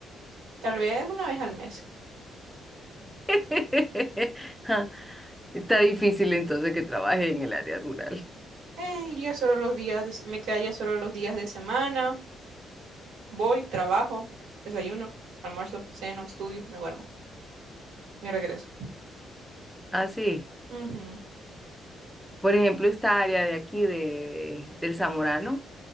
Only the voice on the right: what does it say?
Tal vez una vez al mes.
Eh, iría solo los días, de s- me quedaría solo los días de semana, voy, trabajo, desayuno, almuerzo, ceno, estudio, me duermo, me regreso.
Ujú,